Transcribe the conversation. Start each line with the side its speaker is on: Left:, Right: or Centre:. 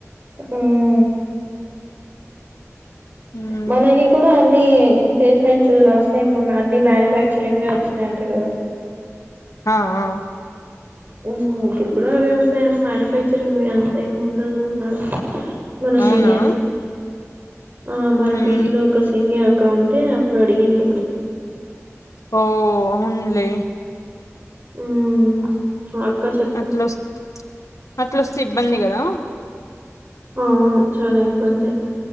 Right: ఉమ్
Left: ఉమ్
Right: మనయి కూడా అన్ని ప్లేస్మెంట్స్ లాస్ట్ టైమ్ అన్ని మ్యానుఫ్యాక్చరింగ్వే వచ్చినాయంట కదా
Left: ఆఆ
Right: ఆ‌ ఇప్పుడు కూడా అవే వస్తాయేమో మ్యానుఫ్యాక్చరింగ్‌వి అంత ఏం ఉండదు అన్నారు మన సీనియర్స్
Left: అవునా
Right: ఆ మన
Left: ఉమ్
Right: పీజీలో ఒక సీనియర్ అక్క ఉంటే అప్పుడు అడిగింటిమి
Left: ఓ అవున్లే
Right: ఉమ్మ్ ఆ అక్క చె
Left: అట్లొస్ అట్లొస్తే ఇబ్బంది కదా
Right: అవును చాలా ఇబ్బంది